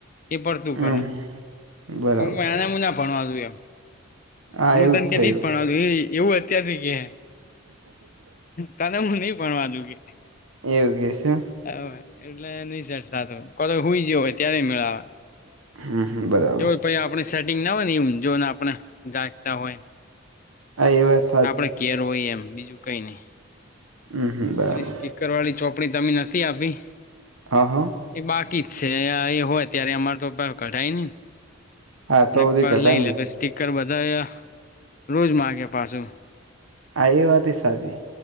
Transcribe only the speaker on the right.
હમ
બરાબર
હા
એવું
થયું
એવું કે છે
હમ હમ બરાબ
હ એવસ
હમ હમ બરાબર
હા હા
હા તો
બધી ઘટાય
નહી
આ એ વાતી સાચી